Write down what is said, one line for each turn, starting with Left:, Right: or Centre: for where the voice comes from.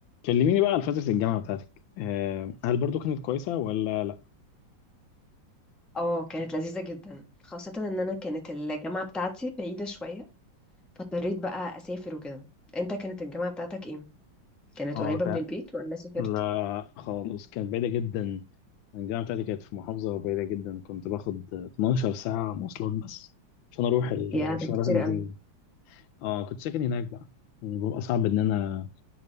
Left: كلميني بقى على فترة الجامعة بتاعتك آه، هل برضو كانت كويسة ولا لا؟
Centre: اه كانت لذيذة جدا خاصة ان انا كانت الجامعة بتاعتي بعيدة شوية فاضطريت بقى اسافر وكده انت كانت الجامعة بتاعتك ايه؟ كانت
Left: اه
Centre: قريبة
Left: ك...
Centre: من البيت ولا سافرت؟
Left: لا خالص كانت بعيدة جدا الجامعة بتاعتي كانت في محافظة بعيدة جدا كنت باخد 12 ساعة مواصلات بس عشان أروح ال...
Centre: يا ده
Left: عشان
Centre: كتير
Left: أروح المدينة
Centre: قوي
Left: دي اه كنت ساكن هناك بقى بيبقى صعب إن أنا